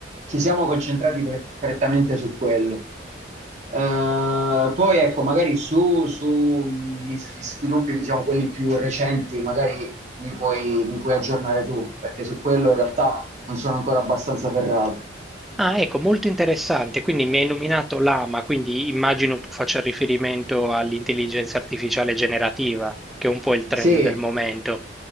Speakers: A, on the right (about 35°); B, in the centre.
A: ci siamo concentrati pre- prettamente su quello. Eh, poi ecco, magari su, su gli s- gli sviluppi, diciamo, quelli più recenti, magari mi puoi, mi puoi aggiornare tu, perché su quello in realtà non sono ancora abbastanza ferrato.
B: Ah, ecco, molto interessante. Quindi mi hai nominato l'AMA, quindi immagino tu faccia riferimento all'intelligenza artificiale generativa, che è un po' il trend
A: Sì,
B: del momento.